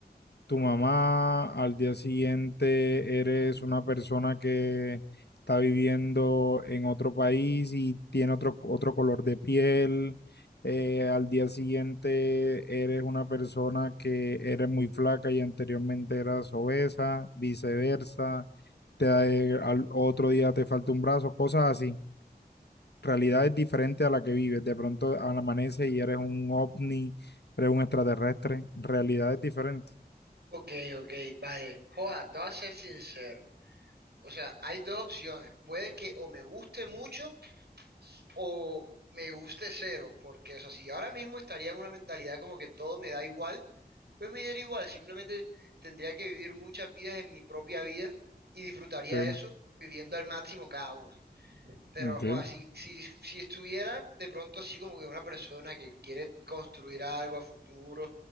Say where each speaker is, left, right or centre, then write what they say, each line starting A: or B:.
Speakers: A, on the left; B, on the right.
A: tu mamá, al día siguiente eres una persona que está viviendo en otro país y tiene otro, otro color de piel, eh, al día siguiente eres una persona que eres muy flaca y anteriormente eras obesa, viceversa, te, eh, al otro día te falta un brazo, cosas así. Realidades diferentes a la que vives. De pronto al amanecer y eres un ovni, eres un extraterrestre. Realidades diferentes.
B: Ok, ok, vale. Joda, te voy a ser sincero. O sea, hay dos opciones. Puede que o me guste mucho o me guste cero, porque, o sea, si ahora mismo estaría en una mentalidad como que todo me da igual, pues me diera igual, simplemente tendría que vivir muchas vidas en mi propia vida y disfrutaría
A: ¿ok?
B: eso viviendo al máximo cada una. Pero,
A: Ok,
B: joder, si, si, si estuviera de pronto así como que una persona que quiere construir algo a futuro,